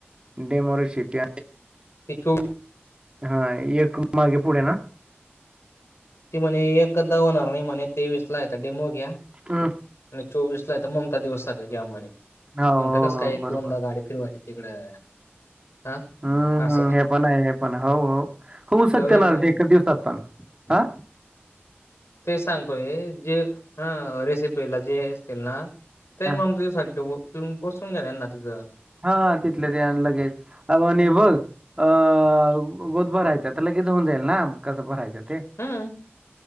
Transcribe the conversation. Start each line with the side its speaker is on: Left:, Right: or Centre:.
Right: डेमो रीशिपि
Left: तिथू
Right: हा एक मागे पुढे ना
Left: ती म्हणे एकचदा होणार नाही म्हणे, तेवीसला याचा डेमो घ्या.
Right: हां
Left: आणि चोवीस नाहीतर ममता दिवस सांगा की, आमानी
Right: हो, हो,
Left: म्हणता कसं
Right: हो,
Left: काय एक-
Right: बरोबर.
Left: दोनदा गाडी फिरवायची तिकडं. हां,
Right: हु..
Left: असं.
Right: हे पण आहे, हे पण आहे, हो- हो होऊ शकते
Left: बरोबर आहे
Right: ना
Left: का नाही?
Right: ते एकाच दिवसात पण. आ...
Left: ते सांगतोय जे ह रेसि पीला जे हे असतील ना, तेच
Right: हां,
Left: मग त बसून गेले ना तिथं.
Right: हा तिथलं ते आण लगेच अ आणि
Left: हं,
Right: बघ, अं गोद भरायचा तर लगेच होऊन जाईल ना कसं भरायचं ते,
Left: हं,